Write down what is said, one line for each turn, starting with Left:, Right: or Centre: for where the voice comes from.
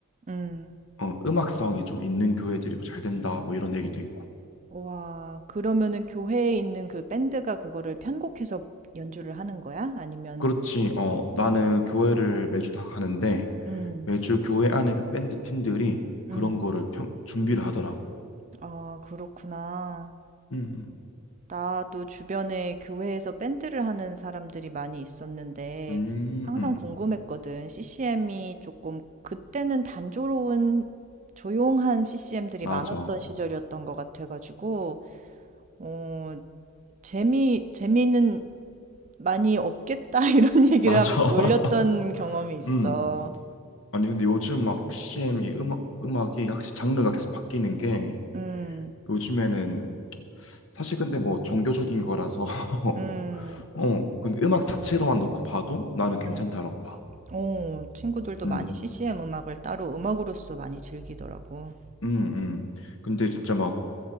Right: 음.
Left: 어, 음악성이 좀 있는 교회들이 뭐 잘 된다 뭐 이런 얘기도 있고.
Right: 와. 그러면은 교회에 있는 그 밴드가 그거를 편곡해서 연주를 하는 거야? 아니면
Left: 그렇지. 어,
Right: 어.
Left: 나는 교회를 매주 다 가는데
Right: 음.
Left: 매주 교회 안에 그 밴드 팀들이 그런
Right: 음.
Left: 거를 평, 준비를 하더라고.
Right: 아, 그렇구나.
Left: 음,
Right: 나도 주변에 교회에서 밴드를 하는 사람들이 많이 있었는데
Left: 음,
Right: 항상
Left: 음, 음.
Right: 궁금했거든. CCM이 조금 그때는 단조로운 조용한 CCM들이
Left: 맞아.
Right: 많았던 시절이었던 것 같아가지고 어, 재미, 재미는 많이 없겠다 <laughs> 이런 얘기를
Left: 맞아.
Right: 하면서 놀렸던
Left: <laughs>
Right: 경험이 있어.
Left: 음. 아니, 근데 요즘 막 CM 이 음악, 음악이 확실히 장르가 계속 바뀌는 게
Right: 음.
Left: 요즘에는 사실 근데 뭐 종교적인 거라서 <laughs>
Right: 음.
Left: 어, 근데 음악 자체로만 놓고 봐도 나는 괜찮다라고
Right: 음.
Left: 봐.
Right: 오 친구들도
Left: 음,
Right: 많이 CCM 음악을 따로 음악으로서 많이 즐기더라고.
Left: 음, 음. 근데 진짜 막